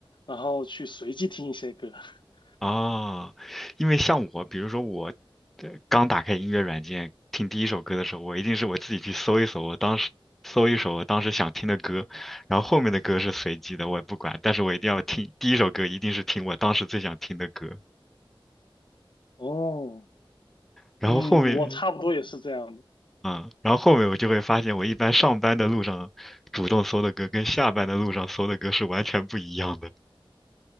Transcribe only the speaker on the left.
然后去随机听一些歌。<laughs>
哦，
嗯，我差不多也是这样的